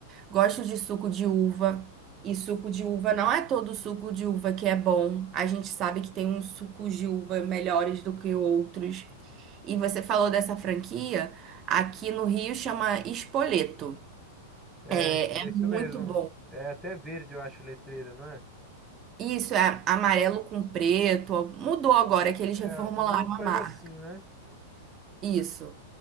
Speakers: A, on the right; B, in the centre.
A: gosto de suco de uva. E suco de uva não é todo suco de uva que é bom. A gente sabe que tem uns sucos de uva melhores do que outros. E você falou dessa franquia, aqui no Rio chama Espoleto.
B: É,
A: É,
B: acho que
A: é
B: é
A: muito
B: isso mesmo.
A: bom.
B: É até verde, eu acho, o letreiro, não é?
A: Isso é amarelo com preto. Mudou agora que eles
B: É,
A: reformularam
B: alguma coisa
A: a marca.
B: assim, né?
A: Isso.